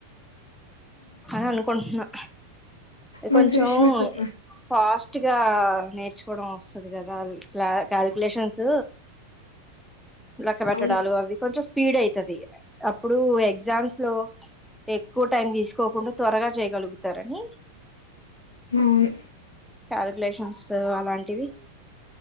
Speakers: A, in the centre; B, on the left.
A: అని అనుకుంటున్నా
B: మంచి
A: కొంచెం
B: విషయమే స్వప్న
A: ఫాస్ట్ గా నేర్చుకోవడం వస్తది కదా క్లా కాల్క్యూలేషన్స్ లెక్క పెట్టడాలు
B: అవును
A: అవి కొంచెం స్పీడ్ అయితది అప్పుడు ఎగ్జామ్స్ లో ఎక్కువ టైం తీసుకోకుండా త్వరగా చేయగలుగుతారని
B: అవును
A: కాల్క్యూలేషన్స్ అలాంటివి